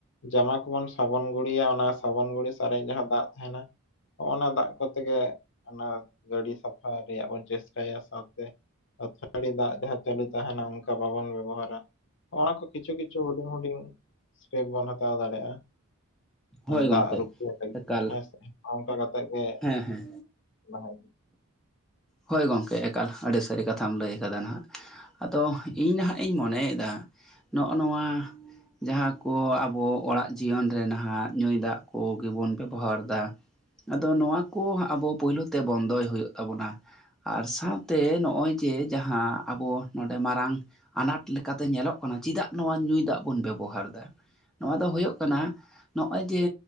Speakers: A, on the left; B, in the centre.
A: ᱡᱟᱢᱟ ᱠᱚᱵᱚᱱ ᱥᱟᱵᱚᱱ ᱜᱩᱲᱤᱭᱟ ᱚᱱᱟ ᱥᱟᱵᱚᱱ ᱜᱩᱲᱤ ᱥᱟᱨᱮᱡ ᱡᱟᱦᱟᱸ ᱫᱟᱜ ᱛᱟᱦᱮᱱᱟ᱾ ᱦᱚᱸᱜᱼᱚ ᱚᱱᱟ ᱫᱟᱜ ᱠᱚᱛᱮ ᱜᱮ ᱚᱱᱟ ᱜᱟᱹᱰᱤ ᱥᱟᱯᱷᱟ ᱨᱮᱭᱟᱜ ᱵᱚᱱ ᱪᱮᱥᱴᱟᱭᱟ ᱥᱟᱶᱛᱮ ᱥᱟᱹᱲᱤ ᱫᱟᱜ ᱡᱟᱦᱟᱸ ᱪᱟᱹᱞᱩ ᱛᱟᱦᱮᱱᱟ ᱚᱱᱠᱟ ᱵᱟᱵᱚᱱ ᱵᱮᱵᱚᱦᱟᱨᱟ ᱱᱚᱜ ᱚᱱᱟ ᱠᱚ ᱠᱤᱪᱷᱩ -ᱠᱤᱪᱷᱩ ᱦᱩᱰᱤᱧ ᱦᱩᱰᱤᱧ ᱥᱮᱯ ᱵᱚᱱ ᱦᱟᱛᱟᱣ ᱫᱟᱲᱮᱭᱟᱜᱼᱟ᱾
B: ᱦᱳᱭ
A: ᱫᱟᱜ
B: ᱜᱚᱝᱠᱮ
A: ᱨᱩᱯ ᱞᱟᱹᱜᱤᱫ
B: ᱮᱠᱟᱞ
A: ᱦᱮᱸᱥ, ᱚᱱᱠᱟ ᱠᱟᱛᱮᱜ ᱜᱮ
B: ᱦᱮᱸ ᱦᱮᱸ
A: ᱞᱟᱦᱟ
B: ᱦᱳᱭ ᱜᱚᱢᱠᱮ ᱮᱠᱟᱞ ᱟᱹᱰᱤ ᱥᱟᱹᱨᱤ ᱠᱟᱛᱷᱟᱢ ᱞᱟᱹᱭ ᱟᱠᱟᱫᱟ ᱱᱟᱦᱟᱜ᱾ ᱟᱫᱚ ᱤᱧ ᱱᱟᱦᱜ ᱤᱧ ᱢᱚᱱᱮᱭᱮᱫᱟ ᱱᱚᱜᱼᱚ ᱱᱚᱣᱟ ᱡᱟᱦᱟᱸ ᱠᱚ ᱟᱵᱚ ᱚᱲᱟᱜ ᱡᱤᱭᱚᱱ ᱨᱮ ᱱᱟᱦᱟᱜ ᱧᱩᱭ ᱫᱟᱜ ᱠᱚᱜᱮᱵᱚᱱ ᱵᱮᱵᱚᱦᱟᱨᱫᱟ᱾ ᱟᱫᱚ ᱱᱚᱣᱟ ᱠᱚ ᱟᱵᱚ ᱯᱩᱭᱞᱩ ᱛᱮ ᱵᱚᱱᱫᱚᱭ ᱦᱩᱭᱩᱜ ᱛᱟᱵᱚᱱᱟ᱾ ᱟᱨ ᱥᱟᱶᱛᱮ ᱱᱚᱜᱼᱚᱭ ᱡᱮ ᱡᱟᱦᱟᱸ ᱟᱵᱚ ᱱᱚᱰᱮ ᱢᱟᱨᱟᱝ ᱟᱱᱟᱴ ᱞᱮᱠᱟᱛᱮ ᱧᱮᱞᱚᱜ ᱠᱟᱱᱟ ᱪᱮᱫᱟᱜ ᱱᱚᱣᱟ ᱧᱩᱭ ᱫᱟᱜ ᱵᱚᱱ ᱵᱮᱵᱚᱦᱟᱨ ᱮᱫᱟ᱾ ᱱᱚᱣᱟ ᱫᱚ ᱦᱩᱭᱩᱜ ᱠᱟᱱᱟ ᱱᱚᱜᱼᱚᱭ ᱡᱮ